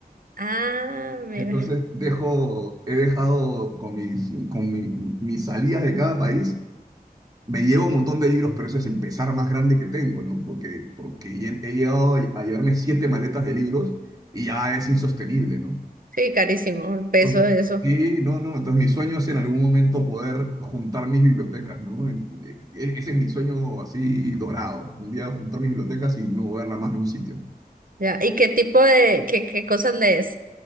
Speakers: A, on the right (about 60°); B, on the right (about 20°).
A: Ah, mira.
B: Entonces dejo, he dejado con mis, con mi- mis salidas de cada país, me llevo un montón de libros, pero ese es el pesar más grande que tengo, ¿no? Porque, porque he, he llegado a llevarme siete maletas de libros y ya es insostenible, ¿no?
A: Sí, carísimo, el peso
B: Entonces,
A: de eso.
B: sí, no, no, entonces mi sueño es en algún momento poder juntar mis bibliotecas, ¿no? En- e- e, Ese es mi sueño así dorado, un día juntar mis bibliotecas y no moverla más de un sitio.
A: Ya. ¿Y qué tipo de, qué, qué cosas lees?